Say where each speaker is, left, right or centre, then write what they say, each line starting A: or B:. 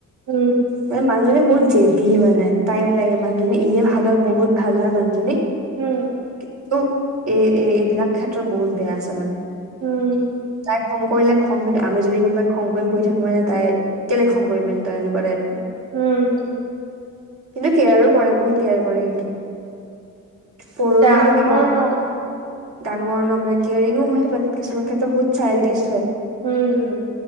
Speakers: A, on the right; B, on the right.
A: উম।
B: মানে মানুহজনী বহুত জেদি মানে টাইম লাগে মানুহজনী এনে ভালত বহুত ভাল হয় মানুহজনী।
A: উম।
B: কি ও এ এ এইবিলাক ক্ষেত্ৰত বহুত বেয়া আছে মানে।
A: উম।
B: তাই খং কৰিলে খং কিন্তু আমি যদি কোনোবাই খং কৰি বহি থাকোঁ মানে তাই কেলে খং কৰিম এনটা এনেকুৱা টাইপৰ।
A: উম।
B: কিন্তু কেয়াৰো কৰে বহুত কেয়াৰ কৰে কিন্তু। পৰহি
A: ডাঙৰ
B: মোক কিবা ক-
A: ন
B: ডাঙৰ ন মানে কেয়াৰিঙো হয় বাট কিছুমান ক্ষেত্ৰত বহুত চাইল্ডিষ্ট হয়।
A: উম।